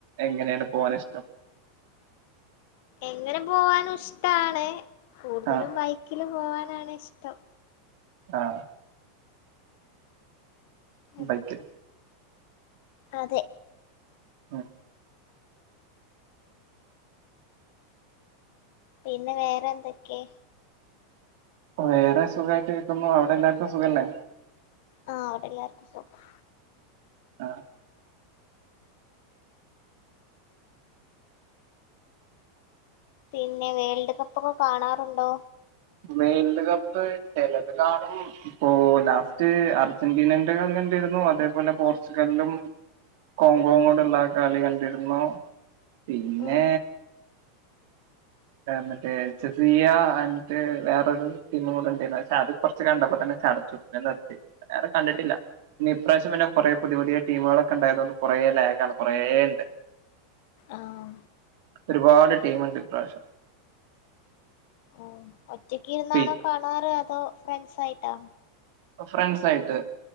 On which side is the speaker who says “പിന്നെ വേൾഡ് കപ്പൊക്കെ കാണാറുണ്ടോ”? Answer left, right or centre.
Left